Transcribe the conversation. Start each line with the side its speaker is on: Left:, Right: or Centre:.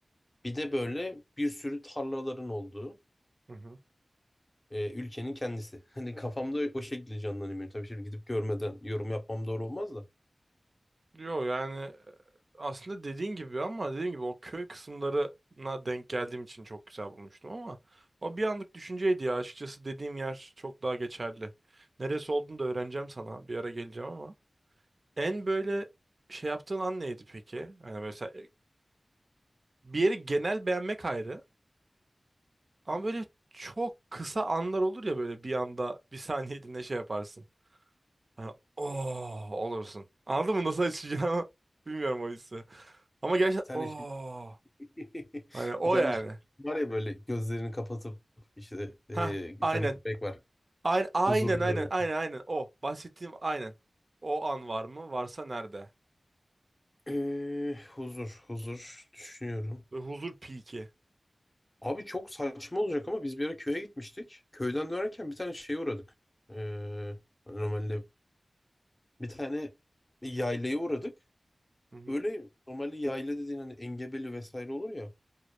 Left: Bir de böyle bir sürü tarlaların olduğu
Right: hı hı.
Left: e, ülkenin kendisi. <laughs> Hani kafamda o şekilde canlanıyor. benim. Tabii şimdi gidip görmeden yorum yapmam doğru olmaz da.
Right: Yo yani e, aslında dediğin gibi ama dediğin gibi o köy kısımlarına denk geldiğim için çok güzel bulmuştum ama o bir anlık düşünceydi ya açıkçası dediğim yer çok daha geçerli. Neresi olduğunu da öğreneceğim sana bir ara geleceğim ama. En böyle şey yaptığın an neydi peki? Hani mesela e, bir yeri genel beğenmek ayrı ama böyle çok kısa anlar olur ya böyle bir anda bir saniyeliğine şey yaparsın. Hani oh olursun. Anladın mı nasıl açacağını <laughs> bilmiyorum o hissi. Ama gerçekten
Left: Bir tane
Right: oh.
Left: şey <laughs>
Right: Hani o
Left: bir tane
Right: yani.
Left: şey var ya böyle gözlerini kapatıp işte e,
Right: Ha
Left: bir
Right: aynen.
Left: tane köpek var.
Right: Aynen aynen
Left: Huzurlu.
Right: aynen aynen aynen o. Bahsettiğim aynen. O an var mı? Varsa nerede?
Left: Ee, huzur, huzur düşünüyorum.
Right: Ve huzur piki.
Left: Abi çok saçma olacak ama biz bir ara köye gitmiştik. Köyden dönerken bir tane şeye uğradık. Ee, hani normalde bir tane yaylaya uğradık.
Right: Hı hı.
Left: Böyle normalde yayla dediğin hani engebeli vesaire olur ya.